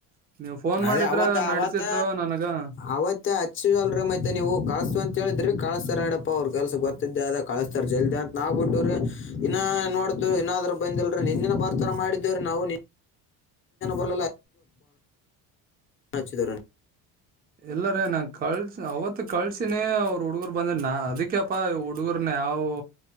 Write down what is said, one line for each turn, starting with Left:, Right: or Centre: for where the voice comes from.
Right: ನೀವ್ ಫೋನ್
Left: ಅದೇ
Right: ಮಾಡಿದ್ರ
Left: ಅವತ್
Right: ನಡತಿತ್ತು
Left: ಅವತ್ತ
Right: ನನಗ
Left: ಅವತ್ತ ಹಚ್ಚ ಅಲ್ರಿ ಮತ್ತ ನೀವು ಕಸ್ ಅಂತ ಹೇಳಿದ್ರಿ ಕಳಿಸಸ್ತಾರ ನಡಪ್ಪಾ ಅವ್ರರು ಕೆಲ್ಸ ಗೊತ್ತಿದ್ದೆ ಅ ಕಳಸ್ತಾರ ಜಲ್ದಿ ಅಂತ ನಾ್ ಬಿಟ್ಟ್ರೆ ಇನ್ನ ನೋಡ ದು ಏನಾದ್ ಬಂದಲ್ರಿ ನಿ ಇಿನ ಬಾರ್ತರ ಮಾಡಿದ್ದವರೆ ನಾವು ಬರಲ್ಲ ಚಿಿದರನ್ನ
Right: ಇಲ್ಲ ರೇ ನಾ ಕಳ್ಸ ಅವತ್ತು ಕಳ್ಸಿನೇ ಅವರು ಹುಡ್ಗರು ಬಂದ್ರೆ ನ ಅದಕ್ಯಪ್ಪಾ ಹುಡುಗರ್ನೆೇ ಯಾವವು